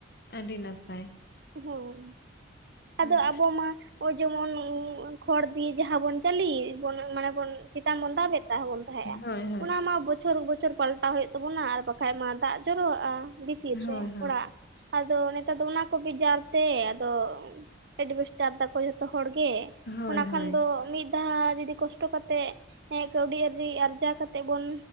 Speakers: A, on the left; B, on the right.
A: ᱟᱹᱰᱤ ᱱᱟᱯᱟᱭ,
B: ᱦᱳᱭ ᱟᱫᱚ
A: ᱦᱳᱭ
B: ᱟᱵᱚ ᱢᱟ, ᱡᱮᱢᱚᱱ ᱠᱷᱚᱲ ᱫᱤᱭᱮ ᱡᱟᱦᱟᱸ ᱵᱚᱱ ᱪᱟᱹᱞᱤ ᱮᱫ ᱢᱟᱱᱮ ᱵᱚᱱ ᱪᱮᱛᱟᱱ ᱵᱚᱱ ᱫᱟᱵᱮ ᱛᱟᱦᱮ ᱵᱚᱱ᱾ ᱛᱟᱦᱮᱸᱼᱟ
A: ᱦᱳᱭ ᱦᱳᱭ
B: ᱚᱱᱟ ᱢᱟ ᱵᱚᱪᱷᱚᱨ ᱵᱚᱪᱷᱚᱨ ᱯᱟᱞᱴᱟᱣ ᱦᱩᱭᱩᱜ ᱛᱟᱵᱚᱱᱟ, ᱟᱨ ᱵᱟᱠᱷᱟᱡ ᱢᱟ ᱫᱟᱜ ᱡᱚᱨᱚᱣᱟᱜᱼ ᱟ ᱛᱤᱨ
A: ᱦᱳᱭ ᱦᱳᱭ
B: ᱨᱮ ᱚᱲᱟᱜ ᱟᱫᱚ ᱱᱮᱛᱟᱨ ᱫᱚ ᱚᱱᱟ ᱠᱚ ᱵᱮᱡᱟᱨ ᱛᱮ ᱟᱫᱚ, ᱮᱰᱵᱮᱥᱴᱟᱨ ᱫᱟᱠᱚ ᱡᱷᱚᱛᱚ ᱦᱚᱲ ᱜᱮ,
A: ᱦᱳᱭ
B: ᱚᱱᱟ ᱠᱷᱟᱱ
A: ᱦᱳᱭ
B: ᱫᱚ ᱢᱤᱫ ᱡᱟᱦᱟᱸ ᱡᱩᱫᱤ ᱠᱚᱥᱴᱚ ᱠᱟᱛᱮᱫ ᱮ ᱠᱟᱹᱣᱰᱤ ᱟᱨᱡᱤ ᱟᱨᱡᱟᱣ ᱠᱟᱛᱮᱫ ᱵᱚᱱ